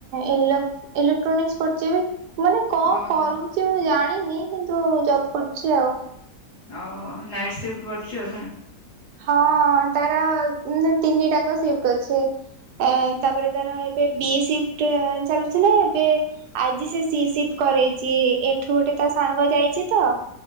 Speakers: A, on the right (about 85°); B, on the left (about 80°).
A: ଇଲେ ଇଲେକ୍ଟ୍ରୋନିକ୍ସ ପୁଛି ବି। ମାନେ କଣ
B: ଓହୋ।
A: କରୁଚି ମୁଁ ଜାଣିନି କିନ୍ତୁ ଜବ୍ କରୁଚି ଆଉ।
B: ହ ନାଇଟ୍ ସିଫ୍ଟ କରୁଚି ଆଉ ନାଁ।
A: ହଁ ତାର ତିନି ଟାଙ୍କ ସିଫ୍ଟ ଅଛି। ତାପରେ ତାର ଏବେ ବି ଏ ସିପ୍ ଟା ଚାଲୁଥିଲା ଏବେ ଆଜି ସେ ସି ସିଫ୍ କରେଇଚି ଏଠୁ ଗୋଟେ ତା ସାଙ୍ଗ ଯାଇଚି ତ।